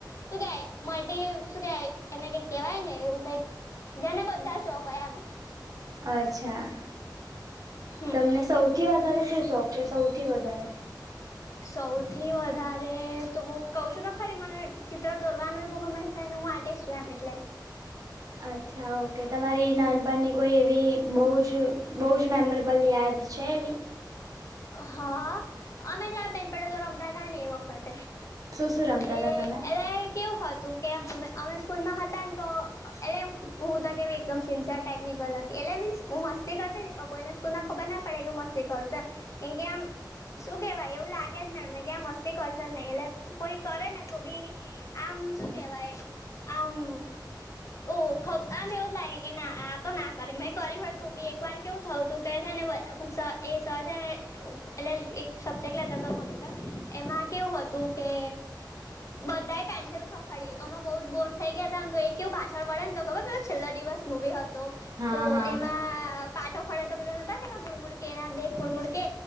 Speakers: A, on the left; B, on the right.
A: શું કેવાય મલ્ટી શું કેવાય એને કંઈક કેવાય ને એવું કંઈક જેને બધા શોખ હોય એમ.
B: અચ્છા.
A: હમ
B: તમને સૌ થી વધારે શું શોખ છે, સૌથી વધારે?
A: સૌથી વધારે તો કઉ છું તો ખરી મને ચિત્ર દોરવાનું એ બહું ગમે છે ને હું આર્ટિસ્ટ છું એમ એટલે.
B: અચ્છા, ઓકે. તમારી નાનપણની કોઈ એવી બઉજ જ બહુ જ મેમોરેબલ યાદ છે એવી?
A: હા, અમે જ્યારે બેનપણી જોડે રમતા હતા ને એ વખત.
B: શું શું રમતા
A: તે
B: હતા
A: એ
B: તમે?
A: એલે કેવું હતું કે હમે અમે સ્કૂલમાં હતા ને તો એટલે હું તો કેવી એકદમ સિન્સિયર ટાઈપની ગર્લ હતી, એટલે મીન્સ હું મસ્તી કરતી તી પણ કોઈ ને સ્કૂલમાં ખબર ના પડે કે હું મસ્તી કરું છું એમ. કેમકે આમ શું કેવાય એવું લાગે જ નહીં મેડમને કે આ મસ્તી કરશે જ નહી, એટલે કોઈ કરે ને તો બી આમ શું કેવાય આમ ઓ ખબ આમ એવું લાગે કે ના આ તો ના કરે, મે કર્યું હોય તો બી એક વાર કેવું થયું તું કે છે ને વ ભ સર એ સર છે ને અહ એટલે એક સબ્જેક્ટ લેતા તા કોમ્પ્યુટર, એમાં કેવું હતું કે બધા એ પેન્સિલ ખખડી, અમે બહુ જ બોર થઈ ગયા તા ને તો એ કેવું પાછળ વાળા એન તો ખબર પેલો છેલ્લો દિવસ મૂવી હત તો
B: હા
A: તો
B: હા
A: એમાં પાછ ફરે તો પેલું નતા કેતા મૂડ-મૂડ કે ના દેખ મૂડ-મૂડ કે